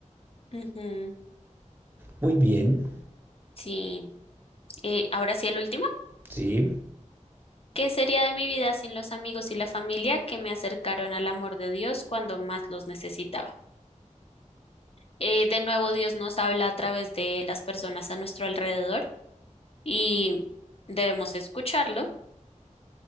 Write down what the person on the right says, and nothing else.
Muy bien,
sí,